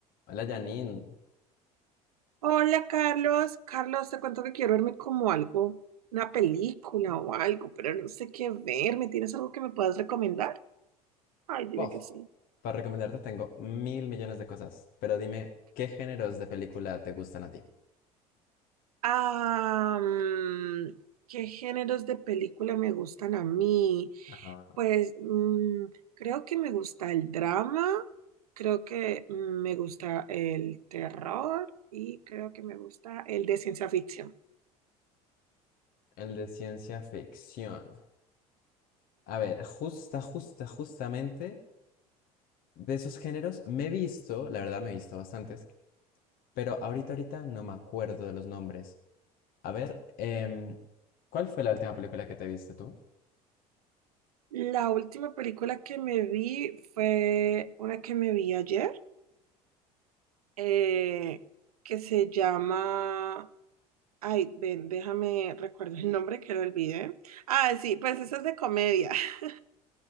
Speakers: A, on the left; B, on the right.
A: Hola Janine,
B: Hola Carlos, Carlos, te cuento que quiero verme como algo, una película o algo, pero no sé qué verme. ¿Tienes algo que me puedas recomendar? Ay, dime
A: Puff.
B: que sí.
A: Para recomendarte tengo mil millones de cosas, pero dime, ¿qué géneros de película te gustan a ti?
B: Ah, mm, ¿qué géneros de película me gustan a mí?
A: Ajá,
B: Pues mm, creo que me gusta el drama, creo que me gusta el terror y creo que me gusta el de ciencia ficción.
A: el de ciencia ficción. A ver, justa, justa, justamente de esos géneros me he visto, la verdad me he visto bastantes, pero ahorita, ahorita no me acuerdo de los nombres. A ver, em, ¿cuál fue la última película que te viste tú?
B: La última película que me vi fue una que me vi ayer, eh, que se llama... Ay, ven, déjame, recuerdo el nombre que lo olvidé. Ah, sí, pues esa es de comedia. <laughs>